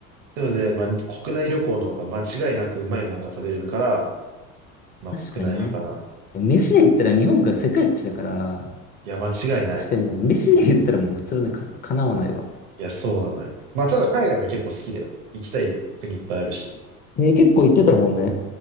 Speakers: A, on the right; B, on the left.
A: なので、まあ、国内旅行の方が間違いなくうまいもんが食べれるから、まあ、
B: 確かにね。
A: 国内派かな。
B: 飯で言ったら日本が世界一だから、
A: いや、間違いない。
B: 確かにね、飯で言ったらもうそれね、か、かなわないわ。
A: いや、そうなのよ。まあ、ただ海外も結構好きだよ。行きたい国いっぱいあるし。
B: ね、結構言ってたもんね。